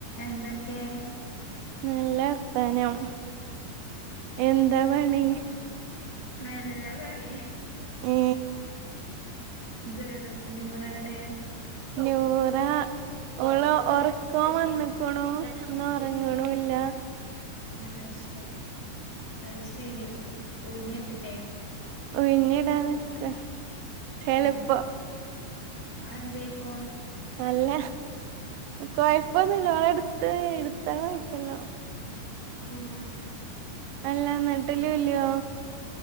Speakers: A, on the left; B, on the right.
A: എന്തൊക്കെ
B: നല്ലർത്താനം. എന്താ പണി?
A: നല്ല പണി.
B: ഏ
A: ദേർ- നൂറെവടെ?
B: നൂറാഹ്‌.. ഓളോ ഒറക്കോം വന്ന്ക്ക്ണു ഇന്ന ഒറങ്ങ്ണൂല്ല.
A: അഹ് ശെരി. അഹ് സെരി ഉ ഉഴിഞ്ഞ്ട്ട്ലെ?
B: ഉയിഞ്ഞ്ടാൻ നിക്ക ചെലപ്പോ
A: ആഹ്. അയെന്തേപ്പോ?
B: അല്ല കൊയപ്പൊന്നുല്ലോളെട്ത്ത്, ഇട്ത്താ കൊയപ്പല്ല.
A: മ്മ്മ്
B: അല്ല ഇന്ന്ട്ട് ലുലോ?